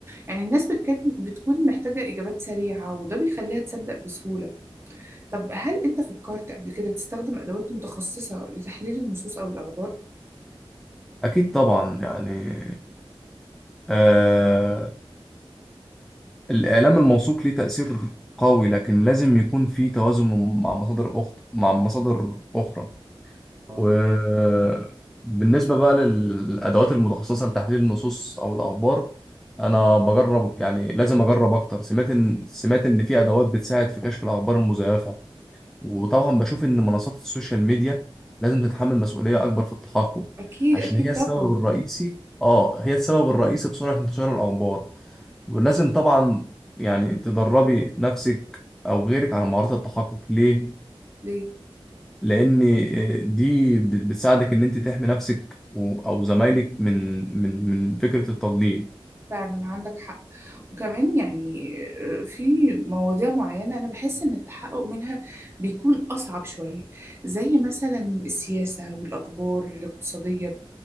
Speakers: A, on the right; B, in the centre.
A: يعني الناس بتكاد- بتكون محتاجة إجابات سريعة وده بيخليها تصدق بسهولة طب هل أنت فكرت قبل كده تستخدم أدوات متخصصة لتحليل النصوص أو الأخبار؟
B: أكيد طبعا يعني آه، الإعلام الموثوق ليه تأثير قوي لكن لازم يكون في توازن مع مصادر أخت مع مصادر أخرى
A: آه،
B: وبالنسبة بقى للأدوات المتخصصة لتحليل النصوص أو الأخبار أنا بجرب يعني لازم أجرب أكتر سمعت إن سمعت إن في أدوات بتساعد في كشف الأخبار المزيفة وطبعا بشوف إن منصات السوشيال ميديا لازم تتحمل مسؤولية أكبر في التحقق
A: أكيد
B: عشان
A: أكيد
B: هي السبب
A: طبعا
B: الرئيسي آه هي السبب الرئيسي في سرعة انتشار الأخبار ولازم طبعا يعني تدربي نفسك أو غيرك على مهارات التحقق ليه؟
A: ليه؟
B: لان آه، دي بتساعدك ان انت تحمي نفسك و- او زمايلك من من من فكره التضليل
A: فعلا عندك حق وكمان يعني آه، في مواضيع معينة أنا بحس إن التحقق منها بيكون أصعب شوية زي مثلا السياسة والأخبار الاقتصادية